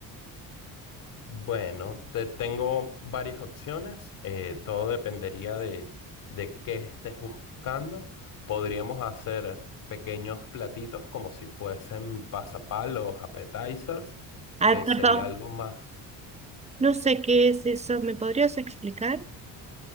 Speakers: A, on the left; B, on the right.
A: Bueno, te tengo varias opciones. eh, todo dependería de, de qué estés buscando. Podríamos hacer pequeños platitos como si fuesen pasapalos, appetizers,
B: Ah,
A: que
B: perdón,
A: sería algo más.
B: no sé qué es eso. ¿Me podrías explicar?